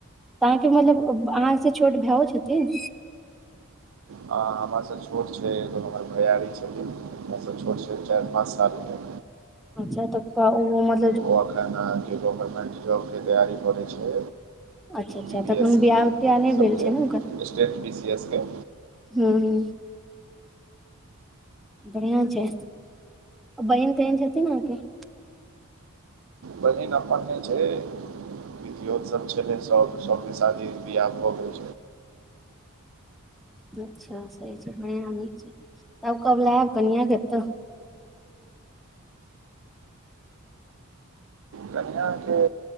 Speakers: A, in the centre; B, on the right.
A: तऽ अहाँके मतलब अहाँ स छोट भेयो छथिन?
B: ह कहमरासँ छोट छै, एगो हमर भैयारी छथिन हमरा सँ छोट छै, चैर पांच साल के।
A: अच्छा तब त ओ उमर
B: ओ अखैन अहाँके गवर्नमेंट जॉबके तैयारी करै छै।
A: अच्छा अच्छा
B: बी पी
A: तखन
B: एस
A: बियाह
B: सी
A: तियाह नहि
B: सबके,
A: भेल छै ने
B: स्टेट बी सी एस के।
A: हू - हू। बढ़िआ छै, बहिन - तहिन छथिन अहाँके?
B: बहिन अपन‌ ने छै, पितियौत सब छलै सब सबके शादी बियाह भ गेलै।
A: अच्छा। सही छै बढ़िआँ नीक छै, तब कब लाएब कनिया के एतऽ?
B: कनिया के